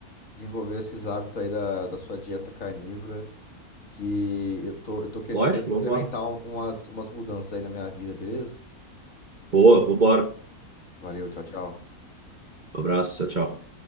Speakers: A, on the left; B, on the right.
A: desenvolveu esses hábitos aí da, da sua dieta carnívora, que eu tô, eu tô querendo
B: Lógico,
A: incre- implementar
B: vambora.
A: um- umas, umas mudanças aí na minha vida, beleza?
B: Boa, vambora.
A: Valeu, tchau, tchau.
B: Um abraço, tchau, tchau.